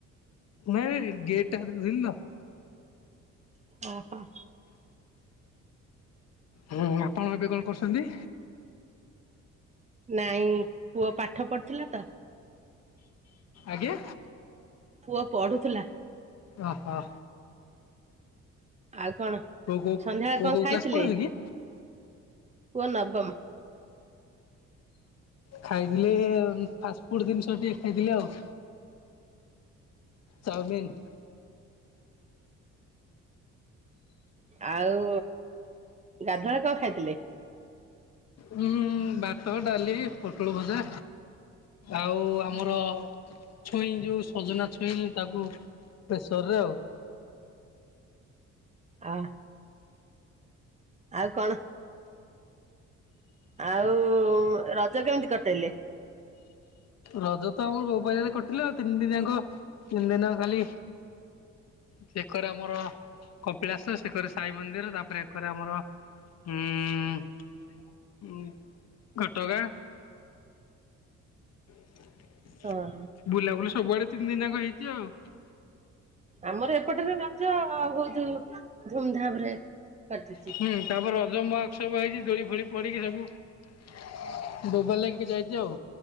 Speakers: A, on the left; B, on the right.
A: ନାଇ ଗେଟଟା <unintelligible>
B: ଓହୋ।
A: ହୁଁ, ଆପଣ ଏବେ କଣ କରୁଚନ୍ତି?
B: ନାଇଁ ପୁଅ ପାଠ ପଢୁଥିଲା ତ?
A: ଆଜ୍ଞା।
B: ପୁଅ ପଢୁଥିଲା।
A: ଓହୋ।
B: ଆଉ କଣ?
A: ପୁଅ କୋଉ,
B: ସନ୍ଧ୍ୟାବେଳେ
A: ପୁଅ
B: କଣ
A: କୋଉ
B: ଖାଇଥିଲେ
A: କ୍ଲାସ ପଢ଼ୁଚିକି?
B: ପୁଅ ନବମ <unintelligible>
A: ଖାଇଥିଲେ, ଫାଷ୍ଟଫୁଡ ଜିନିଷ ଟିକେ ଖାଇଥିଲେ ଆଉ। ଚାଉମିିନ
B: ଆଉ ଗାଧୁଆଳେ କଣ ଖାଇଥିଲେ?
A: ହୁଁ, ଭାତ, ଡାଲି, ପୋଟଳ ଭଜା, ଆଉ ଆମର ଛୁଇଁ ଯୋଉ ସଜନା ଛୁଇଁନି, ତାକୁ ପ୍ରେସର ରେ ଆଉ
B: ଆ ଆଉ କଣ? ଆଉ ରଜ କେମିତି କଟେଇଲେ?
A: ରଜ ତ ଆମର ଗୋବାରରେ କଟିଲା, ତିନି ଦିନିଆଙ୍କ, ତିନି ଦିନ ଖାଲି ଚେ କରେ ଆମର କପିଳାସ, ସେକରେ ସାଇ ମନ୍ଦିର, ତାପରେ ଏକରେ ଆମର ଉଁ ଉଁ ହୁଁ ଘଟଗାଁ। <unintelligible>
B: ହଁ।
A: ବୁଲାବୁଲି ସବୁଆଡେ ତିନିିଆଙ୍କ ହେଇଚି ଆଉ।
B: ଆମର ଏପଟରେ ରଜ, ବହୁତ ଧୁମଧାମ ରେ କଟିଚି।
A: ହୁଁ ତାପରେ ରଜ ମହାଉତ୍ସବ ହେଇଚି, ଦୋଳି ଫୋଳି ପଡ଼ିକି ସବୁ ବୋବାଲ ଲାଗିକି ଯାଇଚି ଆଉ।